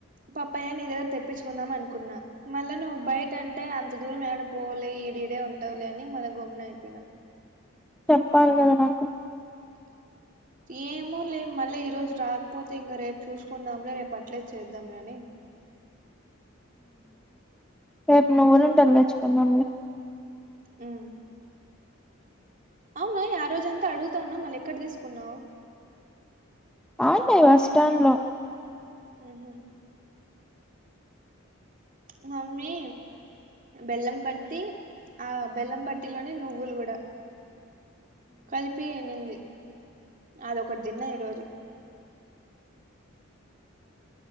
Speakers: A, on the right; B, in the centre.
A: పప్పయ్య నీ దగ్గర తెప్పించుకుందాం అనుకున్నా మళ్ళా నువ్వు బయట అంటే అంత ద దూరం ఏడకీ పోవలే ఈడడే ఉంటాలే అని మళ్ గ గుమ్న అయిపోయిన
B: చెప్పాలి కదా నాకు
A: ఏమోలే మళ్ళీ ఈ రోజు రాకపోతే ఇంకా రేపు చూసుకుందాంలే రేపు అట్లే చేద్దాంలే అన్ని
B: రేపు నువ్వులు ఉండలు తెచ్చుకుందాం లే
A: ఉమ్ అవును ఆ రోజంతా అడుగుతా ఉన్నా మళ్ళ ఎక్కడ తీసుకున్నావు
B: ఆడ్నే బస్ స్టాండ్ లో
A: ఉహు మమ్మీ బెల్లం పట్టి ఆ బెల్లం పట్టిలోనే నువ్వులు కూడా కలిపి ఎన్నింది అదొకటి తిన్న ఈరోజు